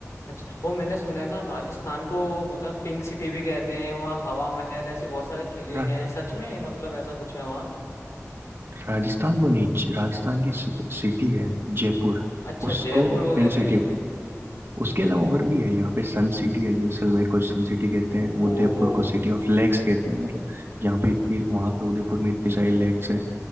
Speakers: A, on the left; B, on the right.
A: अच्छा वो मैंने सुना है ना राजस्थान को मतलब पिंक सिटी भी कहते हैं वहाँ हवा महल ऐसे बहुत सारे किले
B: रा,
A: हैं सच में मतलब ऐसा कुछ है वहाँ
B: राजस्थान को नहीं ज- राजस्थान की सि, सिटी है जयपुर
A: अच्छा
B: उसको
A: जयपुर को कहते
B: पिंक सिटी
A: हैं
B: उसके अलावा और भी है यहाँ पे सन सिटी है जैसलमेर को सन सिटी कहते हैं उदयपुर
A: ओहो
B: को सिटी ऑफ लेक्स कहते हैं मतलब यहाँ पे इतनी वहाँ पे उदयपुर में इतनी सारी लेक्स है